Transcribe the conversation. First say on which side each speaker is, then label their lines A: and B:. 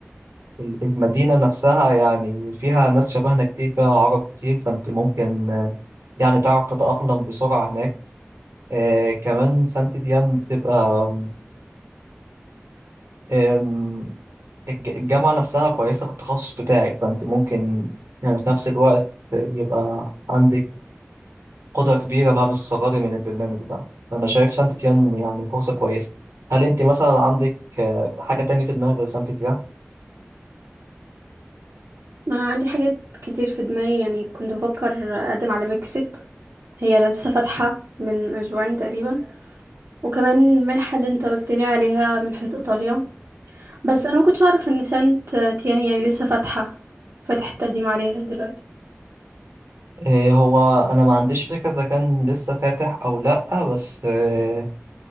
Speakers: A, on the right (about 80°); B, on the right (about 65°).
A: ال- المدينة نفسها يعني فيها ناس شبهنا كتير فيها عرب كتير فأنت ممكن آه، يعني تعرف تتأقلم بسرعة هناك آه، كمان سانت ديان بتبقى آم، الج- الجامعة نفسها كويسة في التخصص بتاعك فأنت ممكن يعني في نفس الوقت يبقى عندك قدرة كبيرة بعد الصغار من البرنامج ده فأنا شايف سانت تيان يعني فرصة كويسة هل أنت مثلا عندك آه، حاجة تانية في دماغك غير سانت تيان؟
B: أنا عندي حاجات كتير في دماغي يعني كنت بفكر أقدم على ميكسيت هي لسه فاتحة من أسبوعين تقريبا وكمان المنحة اللي أنت قلت لي عليها منحة إيطاليا بس انا ما كنتش اعرف ان سانت تيان يعني لسه فاتحه فاتح التقديم عليها دلوقتي
A: آه، هو أنا ما عنديش فكرة إذا كان لسه فاتح أو لأ بس آه،